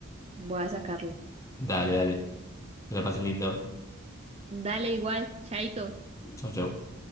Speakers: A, on the right; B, on the left.
A: voy a sacarlo.
B: Dale, dale. Que la pases lindo.
A: Dale igual, chaito.
B: Chau, chau.